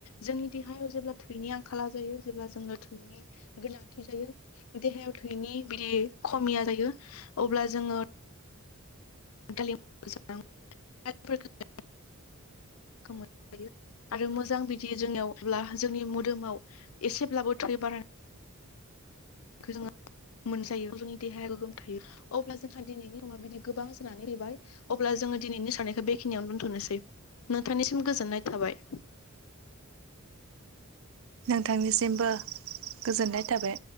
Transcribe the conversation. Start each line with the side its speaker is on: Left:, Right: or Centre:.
Left: जोंनि देहायाव जेब्ला थैनि आंखाला जायो जेब्ला जोंनो थैनि गोनांथि जायो देहायाव थैयनि बिदि खमिया जायो अब्ला जोङो दालामखौ <unintelligible> खौ मोननो हायो आरो मोजां बिदि जोंनियावब्ला जोंनि मोदोमाव एसेब्लाबो थै बारा खौ जोङो मोनजायो जोंनि देहाया गोगोम थायो अब्ला जोंहा दिनैनि निमा बिदि गोबां जानानै फैबाय अब्ला जोङो दिनैनि साननायखौ बेखिनियावनो दोन्थ'नोसै नोंथांनिसिम गोजोननाय थाबाय।
Right: नोंथांनिसिमबो गोजोननाय थाबाय।